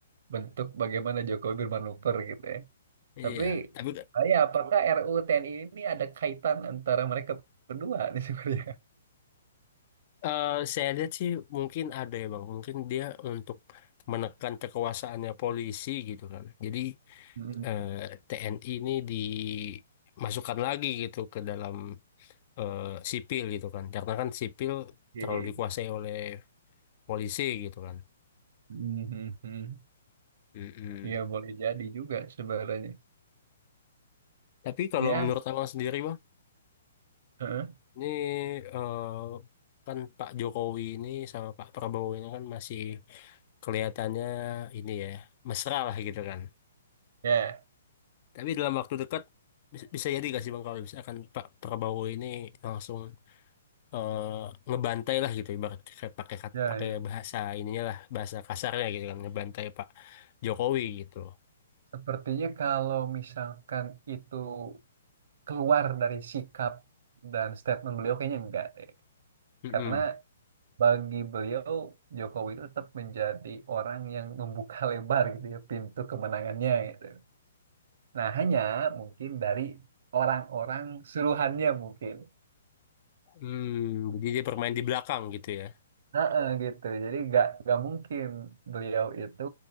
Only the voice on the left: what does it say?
iya
tapi
eh, saya lihat sih mungkin ada ya bang mungkin dia untuk menekan kekuasaannya polisi gitu kan jadi
eh, TNI ini dimasukkan lagi gitu ke dalam eh, sipil gitu kan karena kan sipil
terlalu dikuasai oleh polisi gitu kan
Mm-mm.
Tapi kalau
menurut abang sendiri
Ini eh, kan Pak Jokowi ini sama Pak Prabowo ini kan masih kelihatannya ini ya mesra lah gitu kan.
Tapi dalam waktu dekat bis- bisa jadi gak sih Bang kalau misalkan Pak Prabowo ini langsung eh, ngebantai lah gitu ibarat kayak pakai kat-
pakai
bahasa ininya lah bahasa kasarnya gitu kan ngebantai Pak Jokowi gitu.
Mm-mm.
Hmm, jadi dia bermain di belakang gitu ya.